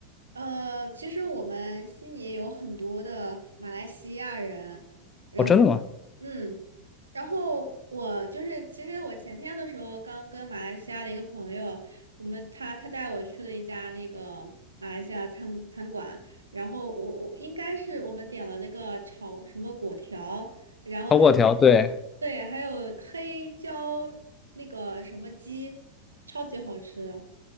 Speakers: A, on the right; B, on the left.
A: 呃，其实我们悉尼有很多的马来西亚人，然后，
B: 哦，真的吗？
A: 嗯，然后我就是，其实我前天的时候刚跟马来西亚的一个朋友，我们他他带我去了一家那个马来西亚餐餐馆，然后我我应该是我们点了那个炒什么果条，然后还
B: 超过条，对，
A: 对，还有黑椒那个什么鸡，超级好吃，